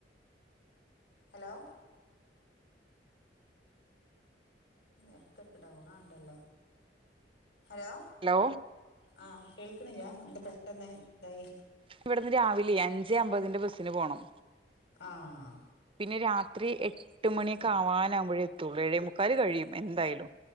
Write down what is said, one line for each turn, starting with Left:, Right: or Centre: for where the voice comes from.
Left: ഹലോ എടക്കെടക്ക് ഡൗൺ ആകുണ്ടല്ലോ ഹലോ
Right: ഹലോ
Left: ആഹ് കേൾക്കുന്നില്ല എന്ത് പെട്ടെന്ന് ഇതായി
Right: ഇക്ക് ഇവിടുന്ന് രാവിലെ അഞ്ച് അമ്പതിന്റെ ബസ്സിന് പോണം
Left: ആഹ്
Right: പിന്നെ രാത്രി എട്ട് മണിയൊക്കെ ആവാനാവുമ്പോഴേ എത്തുള്ളൂ ഏഴേമുക്കാല് കഴിയും എന്തായാലും